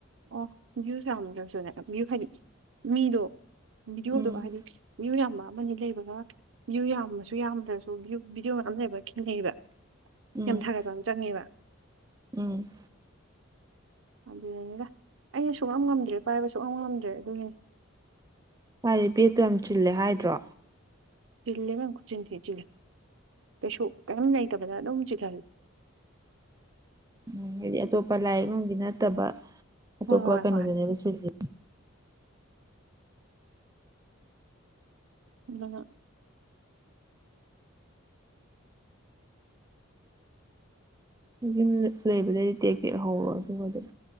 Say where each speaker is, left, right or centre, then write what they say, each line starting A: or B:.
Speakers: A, on the right; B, on the right.
A: ꯑꯣ ꯚ꯭ꯌꯨꯁ ꯌꯥꯝꯗ꯭ꯔꯁꯨꯅꯦ ꯚ꯭ꯌꯨ ꯍꯥꯏꯗꯤ ꯃꯤꯗꯣ ꯚꯤꯗꯤꯑꯣꯗꯣ
B: ꯎꯝ
A: ꯍꯥꯏꯗꯤ ꯚ꯭ꯌꯨꯁ ꯌꯥꯝꯕ ꯑꯃꯅꯤ ꯂꯩꯕꯒ ꯚ꯭ꯌꯨ ꯌꯥꯝꯃꯁꯨ ꯌꯥꯝꯗ꯭ꯔꯁꯨ ꯚ꯭ꯌꯨ ꯚꯤꯗꯤꯑꯣ ꯃꯌꯥꯝ ꯂꯩꯕ ꯈꯤꯅꯩꯑꯕ
B: ꯎꯝ
A: ꯌꯥꯝ ꯊꯥꯒꯠꯄ ꯑꯃ ꯆꯪꯉꯦꯕ꯫
B: ꯎꯝ꯫
A: ꯑꯗꯨꯅꯤꯗ ꯑꯩꯅ ꯁꯨꯡꯛꯉꯝ ꯉꯝꯗ꯭ꯔꯦ ꯄꯥꯏꯕ ꯁꯨꯡꯉꯝ ꯉꯝꯗ꯭ꯔꯦ ꯑꯗꯨꯒꯤꯅꯤ꫰
B: ꯃꯥꯏꯗꯨ ꯕꯦꯠꯇꯣ ꯌꯥꯝ ꯆꯤꯜꯂꯦ ꯍꯥꯏꯗ꯭ꯔꯣ꯫
A: ꯆꯤꯜꯂꯦ ꯏꯕꯦꯝꯃ ꯈꯨꯠꯆꯤꯟ ꯊꯤ ꯆꯤꯜꯂꯤ ꯀꯩꯁꯨ ꯀꯩꯝ ꯂꯩꯇꯕꯗ ꯑꯗꯨꯝ ꯆꯤꯜꯍꯜꯂꯦ꯫
B: ꯎꯝ ꯍꯥꯏꯗꯤ ꯑꯇꯣꯞꯄ ꯂꯥꯏꯔꯤꯛ ꯅꯨꯡꯗꯤ ꯅꯠꯇꯕ ꯑꯇꯣꯞꯄ
A: ꯍꯣꯏ ꯍꯣꯏ
B: ꯀꯩꯅꯣꯗꯅꯦꯕ
A: ꯍꯣꯏ
B: ꯆꯤꯜꯂꯤ
A: ꯑꯃꯅ
B: ꯌꯨꯝ ꯂꯩꯕꯗꯒꯤꯗꯤ ꯇꯦꯛ ꯇꯦꯛꯍꯧꯔꯣ ꯑꯗꯨꯒ ꯑꯗꯨꯝ